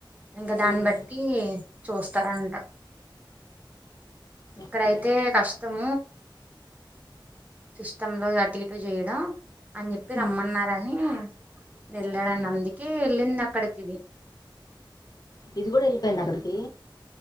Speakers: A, on the right; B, on the left.
A: ఇంకా దాన్ని
B: ఉమ్.
A: బట్టి చూస్తారంట ఇక్కడైతే
B: ఓకే
A: కష్టం సిస్టమ్ లో అటు ఇటు చేయడం అని చెప్పి రమ్మన్నార
B: ఉమ్.
A: అని వెళ్ళాడాని
B: ఉమ్.
A: అందుకే వెళ్ళింది కడకిది
B: ఇది కూడా వెళ్ళిపోయింద అక్కడికి